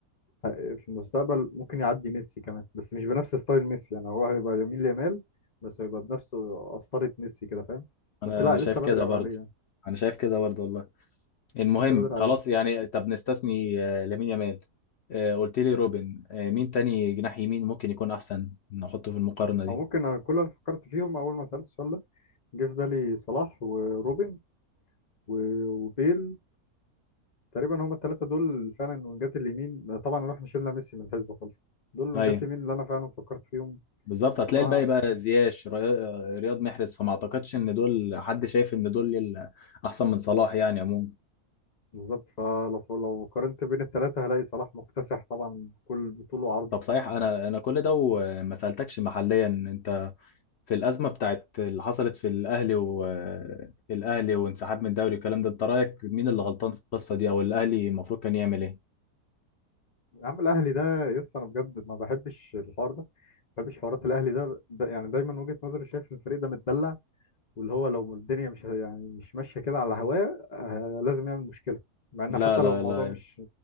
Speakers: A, on the left; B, on the left.
A: ه- في المستقبل ممكن يعدي ميسي كمان بس مش بنفس ستايل ميسي يعني هو هيبقى يمين ليامال بس هيبقى بنفس قسطرة ميسي كده فاهم
B: انا
A: بس لا
B: انا
A: لسه
B: شايف كده
A: بدري قوي
B: برضه
A: عليه يعني
B: انا شايف كده برضه والله المهم
A: لسه بدري عليه
B: خلاص يعني طب نستثني آه، لامين يامال آه، قلت لي روبن آه، مين تاني جناح يمين ممكن يكون احسن نحطه في المقارنة دي
A: أو ممكن أنا كل اللي فكرت فيهم أول ما سألت السؤال ده جه في بالي صلاح وروبن و- وبيل تقريبا هما الثلاثه دول فعلا وينجات اليمين طبعا احنا شلنا ميسي من الحسبه خالص دول وينجات
B: ايوه
A: اليمين اللي انا فعلا فكرت فيهم
B: بالظبط هتلاقي
A: بصراحه
B: الباقي بقى زياش ري- آه، رياض محرز فما اعتقدش ان دول حد شايف ان دول ال- احسن من صلاح يعني عموما
A: بالظبط فلو لو قارنت بين الثلاثه هلاقي صلاح مكتسح طبعا بكل بطول وعرض
B: طب صحيح انا انا كل ده وما سألتكش محليا انت في الأزمة بتاعت اللي حصلت في الأهلي والأهلي وانسحاب من الدوري والكلام ده انت رأيك مين اللي غلطان في القصة دي او الأهلي المفروض كان يعمل ايه
A: يا عم الاهلي ده يس انا بجد ما بحبش الحوار ده ما بحبش حوارات الاهلي ده, ده يعني دايما وجهه نظري شايف ان الفريق ده متدلع واللي هو لو الدنيا مش يعني مش ماشيه كده على هواه آه، لازم يعمل مشكله مع انه
B: لا
A: حتى
B: لا
A: لو الموضوع
B: لا
A: مش